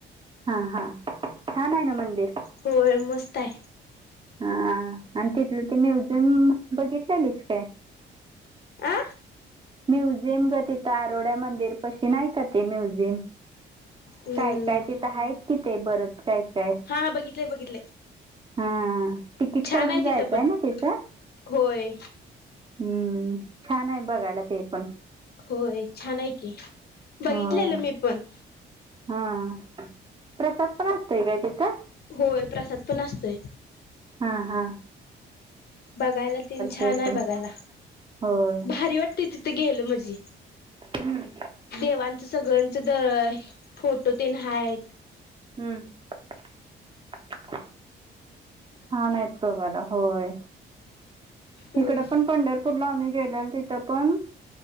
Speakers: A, on the right (about 25°); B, on the left (about 55°).
A: हा हा छान आहे ना मंदिर?
B: हो मस्तहाय.
A: आणि ते तुला ते म्युझियम बघितलेस काय?
B: आ
A: म्युझियम ग तिथं आरोड्या मंदिर पशी नाही का ते म्युझियम.
B: हम्म
A: काय काय तेथ आहेत कि ते बरंच काय? काय
B: हा बघितले बघितले.
A: हा तिकीट
B: छान
A: काढून
B: आहे
A: जायचंय
B: तिथं पण
A: ना तिथं.
B: होय
A: हम्म छान आहे बघायला ते पण.
B: होय छान आहे की बघितलेलं
A: होय.
B: मी पण.
A: हा प्रसाद पण असतय काय तिचा
B: होय प्रसाद पण असतोय
A: हम हम
B: बघायला तन छान
A: ते
B: आहे
A: पण
B: बघायला
A: होय
B: भारी वाटते तिथे गेलं म्हजी
A: हम्म
B: देव सगळ्यांच द फोटो ते नय आहेत
A: हम्म छान इतो बला होय
B: हम्म
A: इकड पण पंढरपूरला आम्ही गेले तथ पण